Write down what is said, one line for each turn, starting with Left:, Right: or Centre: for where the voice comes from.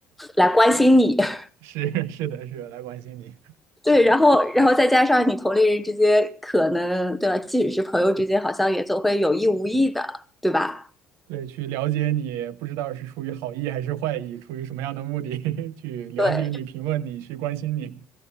Centre: 来关心你，<laughs>
Right: 是 <laughs> 是的是的来关心你。
Centre: 对，然后，然后再加上你同龄人之间可能，对吧？即使是朋友之间，好像也总会有意无意的，对吧？
Right: 对，去了解你，不知道是出于好意还是坏意，出于什么样的目的 <laughs> 去了解你、
Centre: 对，
Right: 评论你、去关心你。